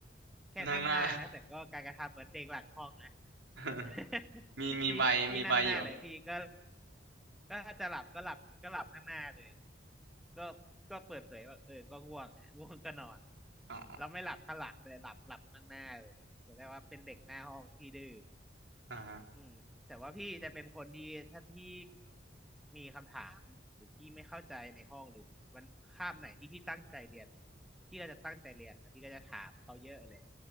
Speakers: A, in the centre; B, on the right.
A: แค่นั่งหน้านะแต่ก็การกระทำเหมือนเด็กหลังห้องนะ
B: นั่งหน้า <laughs>
A: <laughs>
B: มีมีใบมีใบอยู่
A: พี่พี่นั่งหน้าเดี๋ยวพี่ก็ก็ถ้าจะหลับก็หลับก็หลับข้างหน้าเลยก็ก็เปิดเผยว่าเออก็ง่วงอะง่วงก็นอน
B: อ๋อ
A: แล้วไม่หลับข้างหลังเลยหลับหลับข้างหน้าเลยแสดงว่าเป็นเด็กหน้าห้องที่ดื้อ
B: อ่า
A: อืมแต่ว่าพี่จะเป็นคนที่ถ้าพี่มีคำถามหรือพี่ไม่เข้าใจในห้องหรือวันคาบไหนที่พี่ตั้งใจเรียนพี่ก็จะตั้งใจเรียนนะพี่ก็จะถามเขาเยอะเลย